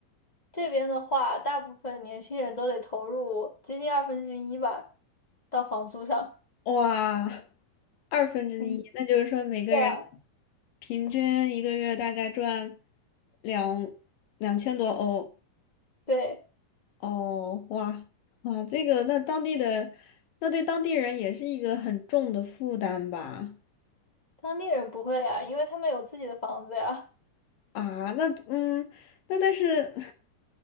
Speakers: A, on the left; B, on the left.
A: 这边的话，大部分年轻人都得投入接近二分之一吧，到房租上。
B: 哇，二分之一，
A: 嗯，
B: 那就是说每个人
A: 对啊，
B: 平均一个月大概赚两两千多欧。
A: 对，
B: 哦，哇哇，这个那当地的，那对当地人也是一个很重的负担吧？
A: 当地人不会啊，因为他们有自己的房子呀。
B: 啊，那嗯，那但是，